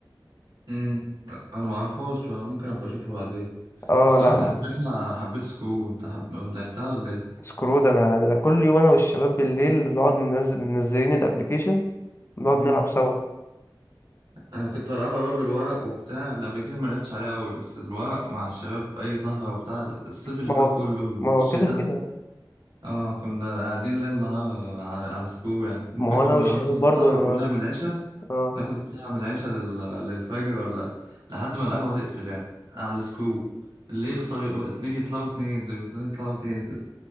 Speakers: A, on the right; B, on the left.
A: امم انا معرفهاش ممكن ابقى اشوفها بعدين
B: اه
A: الصراحة
B: لا
A: اللي
B: لا
A: حبيتها حبيت سكرو انت حب... لعبتها ولا
B: سكرو ده انا ده أنا كل يوم انا والشباب بالليل بنقعد ننزل منزلين الابليكيشن بنقعد
A: ايه
B: نلعب سوا
A: انا كنت بلعبها بقى بالورق وبتاع الابلكيشن ما لعبتش عليها قوي بس الورق مع الشباب اي سهره وبتاع الصيف اللي
B: ما
A: فات
B: هو
A: كله والشتاء
B: ما هو كده كده
A: اه كنا قاعدين ليل نهار على, على سكول يعني ممكن
B: ما هو
A: كنا
B: انا والشباب
A: مثلا السهره
B: برضو انا
A: كلها
B: ما...
A: من العشاء
B: اه
A: ناخد ساعه من العشاء لل... للفجر ولا لحد ما القهوه تقفل يعني على السكول اللي يخسر يقو- اتنين يطلعوا واتنين ينزلوا اتنين يطلعوا واتنين ينزلوا